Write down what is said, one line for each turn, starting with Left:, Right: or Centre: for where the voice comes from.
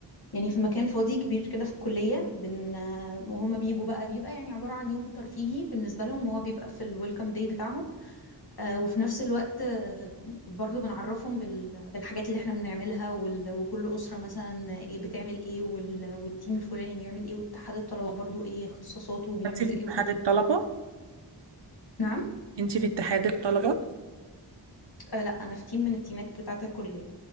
Left: يعني في مكان فاضي كبير كده في الكلية بن وهم بيجوا بقى بيبقى يعني عبارة عن يوم ترفيهي بالنسبة لهم هو بيبقى في الويلكم داي بتاعهم آه، وفي نفس الوقت آه، برضو بنعرفهم بال- بالحاجات اللي احنا بنعملها وال- وكل أسرة مثلا ايه بتعمل ايه وال- والتيم الفلاني بيعمل ايه واتحاد الطلبة برضو ايه اختصاصاته وبيعملوا
Right: انتي في
Left: ايه
Right: اتحاد
Left: وكده
Right: الطلبة؟
Left: نعم
Right: انتي في اتحاد الطلبة؟
Left: آه لا انا في تيم من التيمات بتاعة الكلية